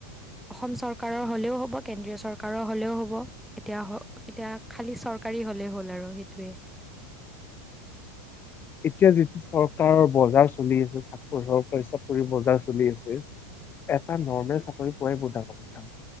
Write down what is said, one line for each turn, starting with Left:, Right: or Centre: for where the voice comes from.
Centre: অসম চৰকাৰৰ হলেও হ'ব কেন্দ্ৰীয় চৰকাৰৰ হলেও হ'ব। এতিয়া এতিয়া খালি চৰকাৰী হলেই হ'ল আৰু সেইটোৱে।
Left: এতিয়া যিটো চৰকাৰৰ বজাৰ চলি আছে চৰকাৰী চাকৰি বজাৰ চলি আছে। এটা নৰ্মেল চাকৰি পোৱাই বহুত ডাঙৰ কথা।